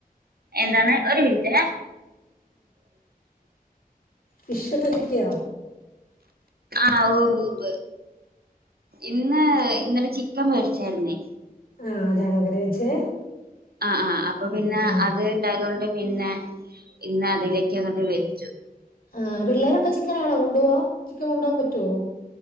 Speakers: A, on the right; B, on the left.
A: ഏതാണെ ഒരു മിനിറ്റേ
B: ഫിഷ് ഒക്കെ കിട്ടിയ
A: ആഹ് ഓ ഇന്ന് ഇന്നലെ ചി ക്കൻ മേടിച്ചായിരുന്നേ
B: ആഹ് അതാണ കറി വെച്ചേ
A: ആഹ് ആഹ് അപ്പൊ
B: ഉം
A: പിന്നെ
B: ഉം ഉം
A: അത് ഉണ്ടായത് കൊണ്ട് പിന്നെ ഇന്ന് അതിലേക്ക് അങ്ങോട്ട് വച്ചു
B: ആ പിള്ളേരൊക്കെ ചിക്കൻ ആണോ കൊണ്ടു പോവാ ചിക്കൻ കൊണ്ടു പോകാൻ പറ്റുവോ